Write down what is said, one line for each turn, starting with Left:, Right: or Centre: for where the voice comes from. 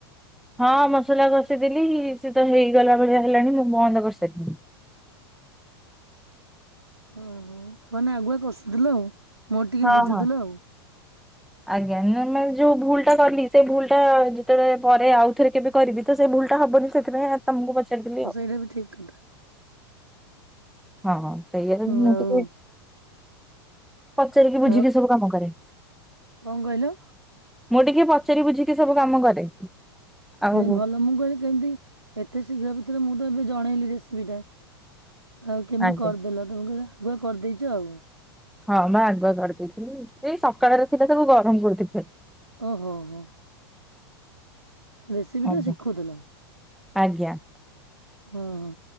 Centre: ହଁ, ମସଲା କଷିଦେଲି, ସେ ତ ହେଇଗଲା ଭଳିଆ ହେଲାଣି ମୁଁ ବନ୍ଦ କରିସାରିଲିଣି।
Right: ହୁଁ ହୁଁ କୁହନା ଆଗୁଆ କସୁଥିଲ ଆଉ, ମୋର ଟିକେ
Centre: ହଁ
Right: ବୁଝୁଥିଲ
Centre: ହଁ।
Right: ଆଉ।
Centre: ଆଜ୍ଞା, ନ ମାନେ ଯୋଉ ଭୁଲ୍ ଟା କଲି ସେ ଭୁଲ୍ ଟା ଯେତେବେଳେ ପରେ ଆଉ, ଥରେ କେବେ କରିବି ତ ସେ ଭୁଲ୍ ଟା ହବନି ସେ ସେଥିପାଇଁ ତମକୁ ପଚାରିଥିଲି ଆଉ।
Right: ଏଟାବି ବି ଠିକ୍ କଥା।
Centre: ହଁ। ସେଇଆ,
Right: ହୁଁ,
Centre: ମୁଁ
Right: ଆଉ
Centre: ତ କହି ପଚାରିକି ବୁଝିକି
Right: ଆଉ
Centre: ସବୁ କାମ କରେ।
Right: କଣ କହିଲ?
Centre: ମୁଁ ଟିକେ ପଚାରି ବୁଝିକି ସବୁ କାମ କରେ। ଆଉ
Right: ନାଇଁ, ଭଲ ମୁଁ କହିଲି କେମତି, ଏତେ ଶୀଘ୍ର ଭିତରେ, ମୁଁ ତ ଏବେ ଜଣେଇଲି ରେସିପି ଟା। ଆଉ, କେମିତି
Centre: ଆଜ୍ଞା।
Right: କରିଦେଲ, ତମେ କହିଲ ଆଗୁଆ କରିଦେଇଚ ଆଉ।
Centre: ହଁ, ବା ଆଗୁଆ କରିଦେଇଥିଲି। ସେଇ ସକାଳର ଥିଲା ସବୁ ଗରମ କରୁଥିଲି ଖାଲି।
Right: ଓହୋ! ହୋ। ରେସିପି
Centre: ଆଜ୍ଞା।
Right: ଟା ଶିଖୁଥୁଲ।
Centre: ଆଜ୍ଞା।
Right: ଓହ।